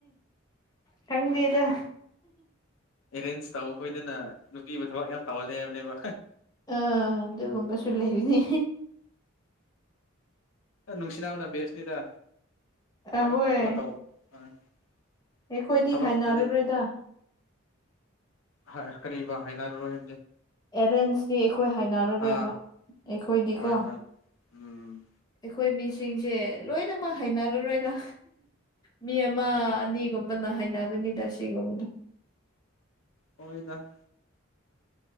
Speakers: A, on the left; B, on the left.
A: ꯈꯪꯗꯦꯗ
B: ꯑꯦꯔꯦꯟꯖ ꯇꯧꯕ ꯈꯣꯏꯗꯅ ꯅꯨꯄꯤꯕꯨ ꯊꯕꯛ ꯌꯥꯝ ꯇꯧꯍꯜꯂꯦ ꯍꯥꯏꯕꯅꯦꯕ
A: ꯑꯥ ꯑꯗꯨꯒꯨꯝꯕꯁꯨ ꯂꯩꯕꯅꯦ
B: ꯅꯨꯡꯁꯤꯅꯥꯕꯅ ꯕꯦꯁꯅꯤꯗ ꯊꯕꯛ
A: ꯑꯍꯣꯏ
B: ꯇꯧꯕ ꯇꯧ <unintelligible>
A: ꯑꯩꯈꯣꯏꯗꯤ
B: ꯊꯕꯛꯇꯗꯤ
A: ꯍꯥꯏꯅꯔꯔꯣꯏꯗ
B: ꯍꯥꯏ ꯀꯔꯤꯕ ꯍꯥꯏꯅꯔꯔꯣꯏ
A: ꯑꯦꯔꯦꯟꯁꯇꯤ ꯑꯩꯈꯣꯏ ꯍꯥꯏꯅꯔꯔꯣꯏꯕ
B: ꯑꯥ
A: ꯑꯩꯈꯣꯏꯗꯤꯀꯣ
B: ꯍꯣꯏ ꯍꯣꯏ ꯎꯝ
A: ꯑꯩꯈꯣꯏ ꯃꯤꯁꯤꯡꯁꯦ ꯂꯣꯏꯅꯃꯛ ꯍꯥꯏꯅꯔꯔꯣꯏꯗ ꯃꯤ ꯑꯃ
B: ꯎꯝ
A: ꯑꯅꯤꯒꯨꯝ ꯕꯅꯥ ꯍꯩꯅꯒꯅꯤꯗ ꯁꯤꯒꯨꯝꯕꯗꯣ
B: ꯍꯣꯏꯗꯥ